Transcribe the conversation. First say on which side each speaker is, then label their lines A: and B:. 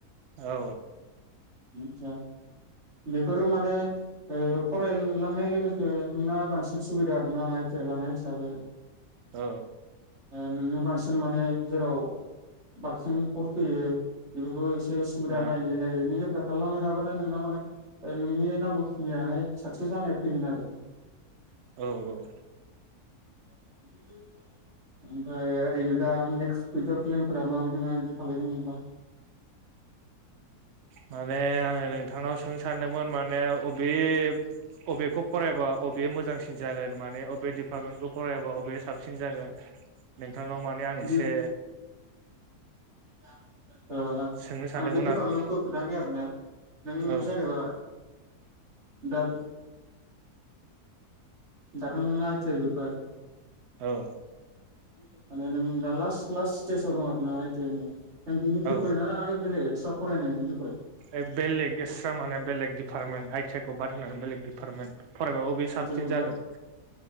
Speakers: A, on the right; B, on the right.
A: औ
B: <unintelligible> बेफोरो माने ओ फरायलांनाय लोगोसे नोंना बांसिन सुबिदा आरो ना लानाय हिसाबै
A: औ
B: नोङो बांसिन माने जेराव बांसिन पस्ट फैयो बेफोरखौ एसे सुबिदा
A: औ
B: नायै नायै नोङो एप्लाइ खालायलांबाय थाबानो नोंना माने ओ नोंनि नांगौखिनियाहाय साकसेस जानाय फैगोन आरो।
A: औ औ।
B: <inaudible> <inaudible> ओमफाय ओरैनो दा आर नेक्स टुइटार फिलिमफोरा माबायदि माबायदि खालायगोन नोंबा?
A: माने आङो नोंथांनाव सोंनो सानदोंमोन माने अबे अबेखौ फरायबा अब बे मोजांसिन जागोन माने अबे डिपार्टमेन्टखौ फरायबा अबे साब सिन जागोन नोंथांनाव माने आं
B: बिदि
A: एसे
B: <unintelligible> औ <unintelligible>
A: सोंनो सानदोंमोन
B: आं बे डिपार्टमेन्टखौ
A: आरो
B: खोन्थानि आरोना नों
A: औ
B: जेनेबा दाम दाथ' नों आइ थि आइ जोबबाय।
A: औ
B: <inaudible> माने नों दा लास्ट लास्ट स्टेस'नाव आरोना आइ टि आइ नि? नों बिनि बिखय
A: औ
B: ना आरो बेलेग एक्सट्रा फरायनायनि बिखय
A: ए बेलेग एस्ट्रा माने बेलेग डिभार्टमेन्ट आइ थि खौ बाद होनानै बेलेग डिपार्टमेन्ट फरायबा अबे साबसिन
B: आइ थि आइखौ बाद
A: जागोन